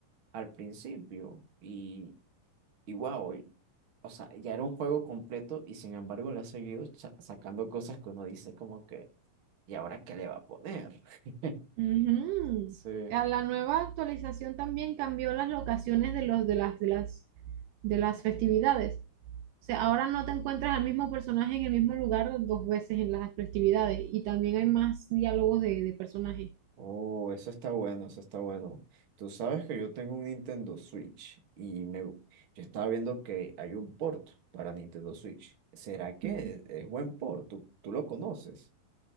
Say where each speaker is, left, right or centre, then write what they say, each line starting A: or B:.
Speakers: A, on the right; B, on the right.
A: al principio y Y wow, o sea, ya era un juego completo y sin embargo le ha seguido cha- sacando cosas que uno dice como que, ¿y ahora qué le va a poner? <laughs>
B: Ujú.
A: Sí.
B: A la nueva actualización también cambió las locaciones de los de las de las de las festividades. O sea, ahora no te encuentras al mismo personaje en el mismo lugar dos veces en las festividades y también hay más diálogos de, de personajes.
A: Oh, eso está bueno, eso está bueno. Tú sabes que yo tengo un Nintendo Switch y me, gu- yo estaba viendo que hay un port para Nintendo Switch. ¿Será que
B: Ujú.
A: es, es buen port? ¿Tú, tú lo conoces?